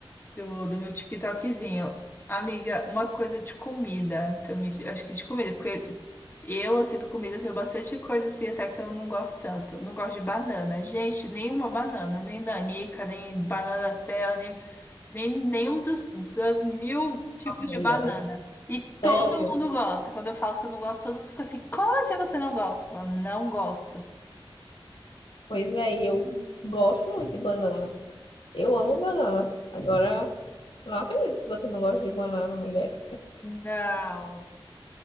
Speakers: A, on the left; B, on the left.
A: do, do meu TikTokzinho. Amiga, uma coisa de comida também, de- acho que de comida, porque eu, assim, pra comida eu tenho bastante coisa, assim, até que eu não gosto tanto. Não gosto de banana. Gente, nenhuma banana, nem nanica, nem banana da terra, nem, nem nenhum dos, das mil tipos
B: Mulher,
A: de banana. E
B: sério?
A: todo mundo gosta. Quando eu falo que eu não gosto, todo mundo fica assim, como assim você não gosta? Eu falo, não gosto.
B: Pois é, e eu gosto muito de banana. Eu amo banana. Agora, não acredito que você não gosta de banana, mulher.
A: Não,